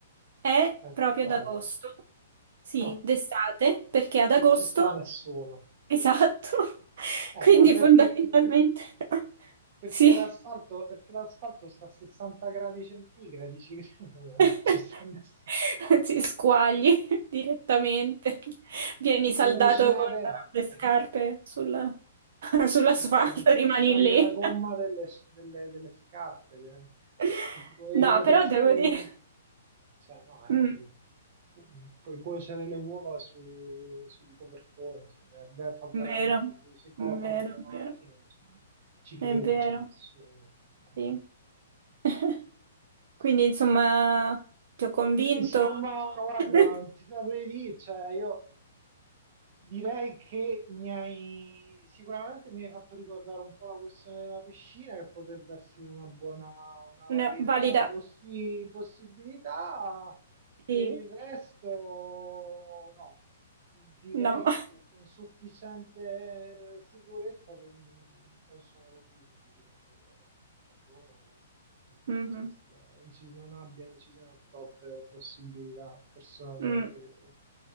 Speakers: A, on the right; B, on the right.
A: è
B: per
A: proprio
B: strada.
A: ad agosto, sì,
B: No,
A: d'estate, perché ad
B: che
A: agosto,
B: non ci sta nessuno.
A: esatto, <laughs>
B: Eh,
A: quindi
B: ma perché,
A: fondamentalmente <laughs>
B: perché
A: sì,
B: l'asfalto perché l'asfalto sta a 60 gradi centigradi? Ci, credo, <laughs> non
A: <laughs>
B: ci sta nessuno.
A: si squagli <laughs> direttamente, vieni saldato
B: Voi cucinate,
A: con le scarpe
B: <laughs>
A: sulla- <laughs> sull'asfalto,
B: sì, infatti si
A: rimani
B: scioglie
A: lì.
B: la gomma delle, delle- delle scarpe, de-
A: <laughs>
B: e tipo, e
A: No,
B: potresti,
A: però devo dire,
B: cioè no, eh,
A: Mm,
B: cu- puoi cuocere le uova su- sui copertoni, su- eh, beh, fa veramente
A: vero,
B: su- sui cofani
A: vero,
B: delle macchine,
A: vero.
B: cioè, ci crede,
A: È vero,
B: c'è nessuno. Eh,
A: sì. <laughs> Quindi, insomma,
B: dai.
A: ti ho convinto.
B: Quindi insomma, guarda,
A: <laughs>
B: non ti saprei dire, cioè io... Direi che mi hai sicuramente mi hai fatto ricordare un po' la questione della piscina, che potrebbe essere una buona, una valida
A: Una valida...
B: possi- possibilità. Per
A: Sì,
B: il resto, no, direi
A: no.
B: che con sufficiente sicurezza che non sono convinto di rimanere a Roma, non,
A: <laughs>
B: non penso
A: Mhm.
B: che sia, non ci, non abbia, non ci siano troppe possibilità, personalmente
A: Mm,
B: credo.